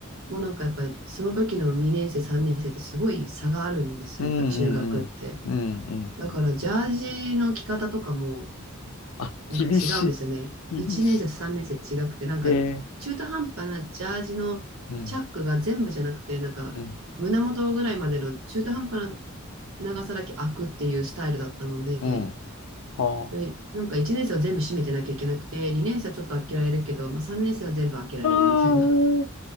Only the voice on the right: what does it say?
もうなんかやっぱりその時の2年生、3年生ってすごい差があるんですよ。
やっぱ中学って。
だからジャージの着方とかも
なんか違うんですよね。
1年生と3年生違くて、
なんか中途半端なジャージのチャックが全部じゃなくて、
なんか胸元ぐらいまでの中途半端な
長さだけ開くっていうスタイルだったので、
それなんか1年生は全部閉めてなきゃいけなくて、2年生はちょっと開けられるけど、まあ、3年生は全部開けられるみたいな。